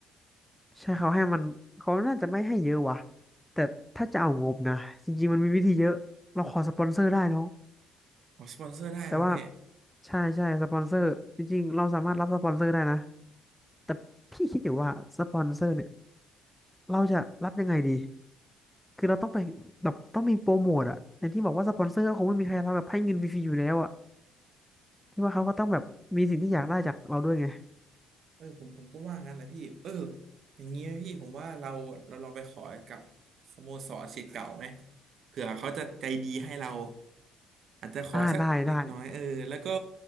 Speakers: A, in the centre; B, on the right.
A: ใช่เขาให้มันเขาน่าจะไม่ให้เยอะว่ะแต่ถ้าจะเอางบนะจริงๆมันมีวิธีเยอะเราขอสปอนเซอร์ได้น้อง
B: ขอสปอนเซอร์ได้ครับพี่
A: แต่ว่าใช่ใช่สปอนเซอร์จริงๆเราสามารถรับสปอนเซอร์ได้นะแต่พี่คิดอยู่ว่าสปอนเซอร์เนี่ยเราจะรับยังไงดีคือเราต้องไปแบบต้องมีโปรโมทอะอย่างที่บอกว่าสปอนเซอร์ก็คงไม่มีใครรับแบบให้เงินฟรีๆอยู่แล้วอะที่ว่าเขาก็ต้องแบบมีสิ่งที่อยากได้จากเราด้วยไง
B: เออผมผมก็ว่างั้นแหละพี่เอออย่างนี้ไหมพี่ผมว่าเราเราลองไปขอกับสโมสรศิษย์เก่าไหมเผื่อเขาจะใจดีให้เราอาจจะขอสักเล็กน้อยเออแล้วก็
A: อ่าได้ได้